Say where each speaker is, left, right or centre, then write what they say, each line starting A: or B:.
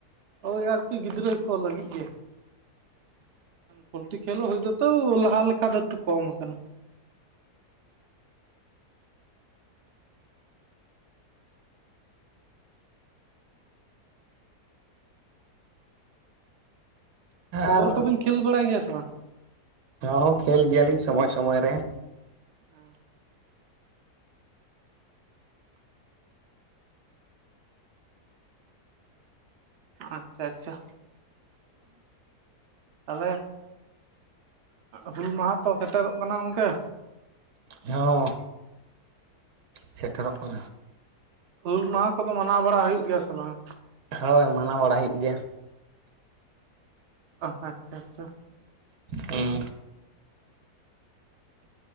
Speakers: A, on the right; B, on the right.
A: ᱳᱭ ᱟᱨᱠᱤ ᱜᱤᱫᱽᱨᱟᱹ ᱠᱚ ᱞᱟᱹᱜᱤᱫ ᱜᱮ ᱯᱳᱞᱴᱤ ᱠᱷᱹᱮᱞᱳ ᱦᱩᱭ ᱫᱚᱛᱚ ᱞᱟᱦᱟ ᱞᱮᱠᱟ ᱫᱚ ᱮᱠᱴᱩ ᱠᱚᱢ ᱠᱟᱱᱟ
B: ᱟᱨ
A: ᱵᱚᱞ ᱠᱚᱵᱤᱱ ᱠᱷᱮᱞ ᱵᱟᱲᱟᱭ ᱜᱮᱭᱟ ᱥᱮ ᱵᱟᱝ
B: ᱦᱚᱸ ᱠᱷᱮᱞ ᱜᱮᱭᱟᱞᱤᱧ ᱥᱚᱢᱚᱭ ᱥᱚᱢᱚᱭ ᱨᱮ
A: ᱚ ᱟᱪᱪᱷᱟ ᱟᱪᱪᱷᱟ ᱛᱟᱦᱚᱞᱮ ᱦᱩᱞ ᱢᱟᱦᱟ ᱛᱚ ᱥᱮᱴᱮᱨᱚᱜ ᱠᱟᱱᱟ ᱜᱚᱝᱠᱮ
B: ᱦᱚᱸ ᱥᱮᱴᱮᱨᱚᱜ ᱠᱟᱱᱟ
A: ᱦᱩᱞ ᱢᱟᱦᱟ ᱠᱚᱫᱚ ᱢᱟᱱᱟᱣ ᱵᱟᱲᱟ ᱦᱩᱭᱩᱜ ᱜᱮᱭᱟ ᱥᱮ ᱵᱟᱝ
B: ᱦᱳᱭ ᱢᱟᱱᱟᱣ ᱵᱟᱲᱟᱭ ᱦᱩᱭᱩᱜ ᱜᱮᱭᱟ
A: ᱚ ᱟᱪᱪᱷᱟ ᱟᱪᱪᱷᱟ
B: ᱦᱩᱸ